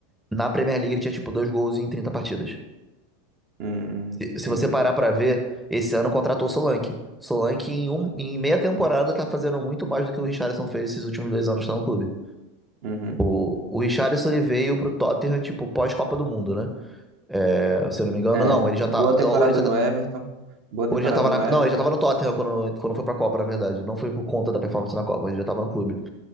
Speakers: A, in the centre; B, on the right.
A: na Premier League ele tinha tipo dois gols em 30 partidas.
B: Hum,
A: Se, se
B: entendi.
A: você parar pra ver, esse ano contratou o Solanke. Solanke, em, um, em meia temporada, tá fazendo muito mais do que o Richarlison fez esses últimos dois anos que tá no clube.
B: Uhum.
A: O, o Richarlison ele veio pro Tottenham, tipo, pós-Copa do Mundo, né? É, se eu não me engano,
B: É,
A: não. Ele já
B: boa
A: tá.
B: temporada
A: Ou ele já
B: no
A: tá-
B: Everton. Boa
A: ou
B: temporada
A: ele já tava na,
B: no Everton.
A: não, ele já tava no Tottenham quando, quando foi pra Copa, na verdade. Não foi por conta da performance na Copa, ele já tava no clube.